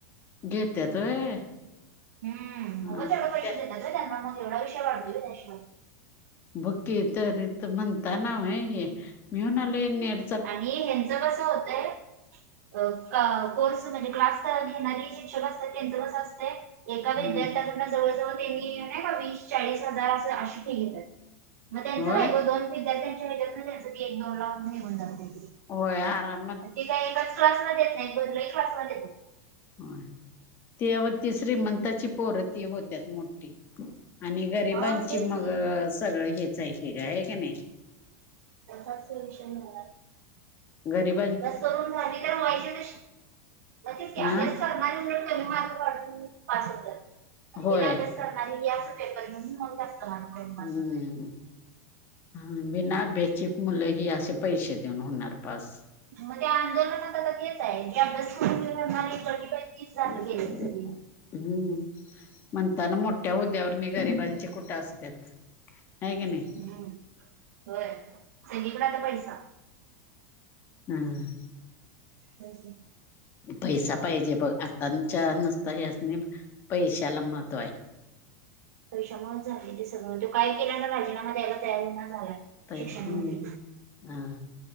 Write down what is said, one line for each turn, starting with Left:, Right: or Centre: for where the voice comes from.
Left: घेत्यात व्हय?
Right: हम्,
Left: हा
Right: उगच एवढे पैसे
Left: त्याला
Right: देतात हो त्यांना मग एवढा विशय वाढतोय त्याश
Left: बग की, तरी म्हणता नाव हे मी म्हणाले नेट
Right: आणि ह्यांचं कस होतंय अ कोर्स म्हणजे क्लास घेणारे शिक्षक असतात, त्यांचं कसं असते एका
Left: हम्म
Right: विद्यार्थ्याकडनं जवळजवळ त्यांनी नाही का, वीस, चाळीस, हजार असं अशी फी घेतात. मग त्यांचं
Left: होय
Right: काय ग, दोन विद्यार्थ्यांच्या हच्यात ना त्यांचं ती एक दोन लाख निघून जाते.
Left: होय आराम
Right: ते काही एकाच क्लासमध्ये येत नाही, कोणत्याही क्लासमध्ये येत.
Left: होय, ते आओ श्रीमंतांची पोर ते होत्यात मोठी. आणि गरिबांची
Right: हा तेच
Left: मग
Right: की
Left: सगळं हेच आहे की, आहे की नाही?
Right: तसाच सोल्युशन घेणार
Left: गरीब
Right: बस करून झाली तर व्हाजे तशी मग तेच की,
Left: हा
Right: अभ्यास करणारे कमी मार्क पास होतात.
Left: होय
Right: बिना अभ्यास णार हे असं पेपर घेऊन मग जास्त मार्क करून पास
Left: हम्म,
Right: होणार.
Left: हम हा, बिना अभ्यासची मुलं ही असे पैसे देऊन होणार पास.
Right: मग त्या आंदोलनात आता तेच आहे की जी अभ्यास करून <unintelligible>
Left: <inaudible> हम्म,
Right: गेलेत सगळी.
Left: म्हणताना मोठ्या हद्यावर गरिबांचे कुठं असतात. हाय की नाही?
Right: हम्म, होय सगळीकडे आता पैसा
Left: हम्,
Right: हम ह <inaudible>
Left: पैसा पाहिजे बघ, आताच्या नसता ह्यासणी पैशाला महत्
Right: पैशामुळेच झाले ते सगळं, तो काय केला ना राजीनामा द्यायला तयार होय ना झाला.
Left: तर
Right: शिक्षन
Left: हम्म
Right: मंत्री.
Left: हा